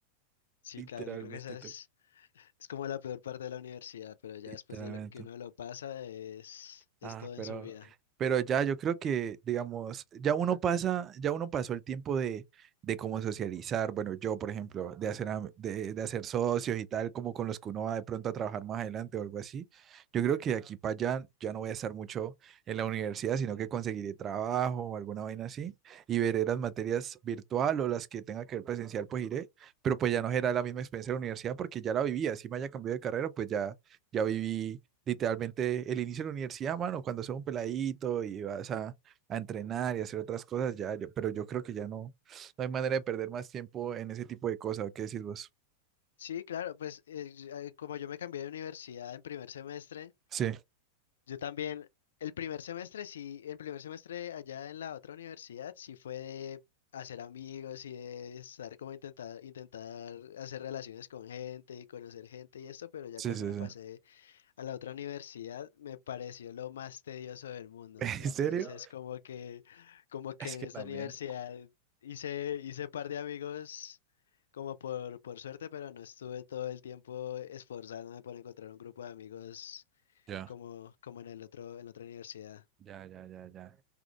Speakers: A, on the left; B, on the right.
A: Sí,
B: Literalmente,
A: claro, yo creo que esa
B: tú.
A: es, es como la peor parte de la universidad, pero ya
B: Literalmente.
A: después de lo que uno lo pasa es, es
B: Ah,
A: todo
B: pero,
A: en su vida.
B: pero ya yo creo que, digamos, ya uno pasa, ya uno pasó el tiempo de, de cómo socializar. Bueno, yo, por ejemplo, de hacer, am- de, de hacer socios y tal, como con los que uno va de pronto a trabajar más adelante o algo así. Yo creo que de aquí para allá ya no voy a estar mucho en la universidad, sino que conseguiré trabajo o alguna vaina así y veré las materias virtual o las que tenga que ver presencial, pues iré. Pero pues ya no será la misma experiencia de la universidad porque ya la viví. Así me haya cambiado de carrera, pues ya, ya viví literalmente el inicio de la universidad, mano, cuando sos un peladito y vas a, a entrenar y hacer otras cosas, ya, yo- pero yo creo que ya no, no hay manera de perder más tiempo en ese tipo de cosas, ¿qué decís vos?
A: Sí, claro, pues eh, yo- eh, como yo me cambié de universidad en primer semestre,
B: Sí,
A: yo también, el primer semestre sí, el primer semestre allá en la otra universidad sí fue de hacer amigos y de estar como intentar, intentar hacer relaciones con gente y conocer gente y esto, pero ya
B: sí,
A: cuando
B: sí,
A: me
B: sí.
A: pasé a la otra universidad me pareció lo más tedioso del mundo.
B: <laughs> ¿En
A: Entonces,
B: serio?
A: como que, como que
B: Es
A: en
B: que
A: esta
B: también.
A: universidad hice, hice par de amigos como por, por suerte, pero no estuve todo el tiempo esforzándome por encontrar un grupo de amigos
B: Ya,
A: como, como en el otro, en la otra universidad.
B: ya, ya, ya, ya.